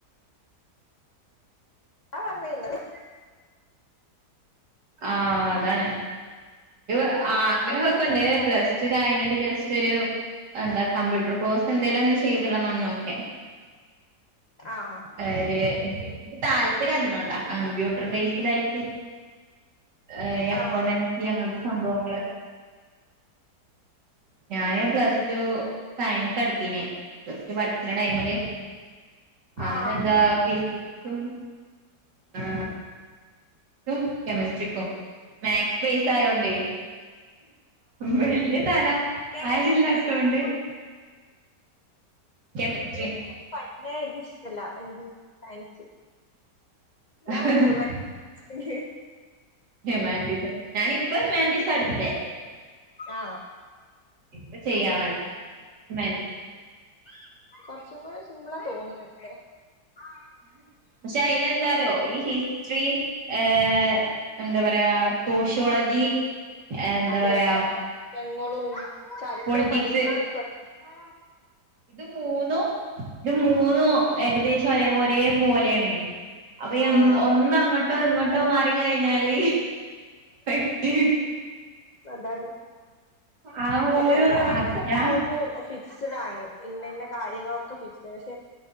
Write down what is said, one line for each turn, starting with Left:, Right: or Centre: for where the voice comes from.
Left: ആന്നേ നല്ല
Right: ആഹ് അതാണ് ഇ ആഗ്രഹോക്കെണ്ട്
Left: ന്നൊക്കെ വിചാരിച്ചാലും
Right: പ്ലസ് ടു കഞ്ഞിട്ട് ജസ്റ്റ് ചെറിയൊരു എന്താ കമ്പ്യൂട്ടർ കോഴ്സ് എന്തേലും ഒന്ന് ചെയ്തിടണംന്നൊക്കെ
Left: ആഹ്
Right: ഒര് ഇൻക്ക് ഇൻക്ക് താല്പ ര്യ അതിനോടാ കമ്പ്യൂട്ടർ ബേസ്ഡായിട്ട് യേ ഈ അക്കൗണ്ടൻസി
Left: ആഹ്
Right: അങ്ങനത്തെ സംഭവങ്ങള് ഞാന് പ്ലസ് ടു സയൻസ് ഇട്ത്തീനെ പ്ലസ് ടു പഠിക്കണ ടൈമില് അന്നെന്താ
Left: ആഹ്
Right: ഫീ സും ഏ ഫിസിക്സും കെമിസ്ട്രിക്കും മാത്സ് ബേസ് ആയോണ്ടേ വല്യ തല
Left: കെമസ്
Right: ആരുല്ലാത്തോണ്ട്
Left: ഫിസിക്സും <unintelligible>
Right: കെമിസ്ട്രി
Left: ഇഷ്.. <unintelligible> എന്ത് സയൻസ്
Right: <unintelligible>
Left: ഞാൻ ഒരു ഹ്യൂമാനിറ്റീസ്
Right: ഹ്യുമാനിറ്റീസ് ഞാനിപ്പ ഹ്യുമാനിറ്റീസാ എടുത്തേ
Left: ആ
Right: ഇപ്പം ചെയ്യാ <unintelligible>
Left: <inaudible> ഇവിടെ സിംബിളാ തോന്നുന്നെതേ ആ
Right: പക്ഷെ അയില എന്താറിയോ ഈ ഹിസ്ട്രറി ഏ എന്താ പറയാ സോഷ്യോളജി എന്താ
Left: അതെ
Right: പറയാ
Left: കൊറെ വർഷങ്ങളും ചരിത്രം
Right: പൊളിറ്റിക്സ്
Left: പഠിക്കാനും പട് ആ
Right: ഇത് മൂന്നും ഇത്
Left: പഠിക്കും
Right: മൂന്നും ഏകദേശം ഒരേപൊരേ പോലെയാണ് അപ്പൊ
Left: ആഹ്
Right: ഒന്ന് അങ്ങോട്ടോ ഇങ്ങോട്ടോ മാറി കഴിഞ്ഞാല് പെട്ട്
Left: അതാണ്
Right: ആ
Left: മറ്റേ
Right: ഓരോ
Left: സയൻസ്
Right: ആ
Left: ഒക്കെ
Right: ഞാൻ
Left: ആവുമ്പോ ഫിറ്റ് ഫിക്സഡാണ് ഇന്നയിന്ന കാര്യങ്ങളൊക്കെ ഫിക്സ് പക്ഷെ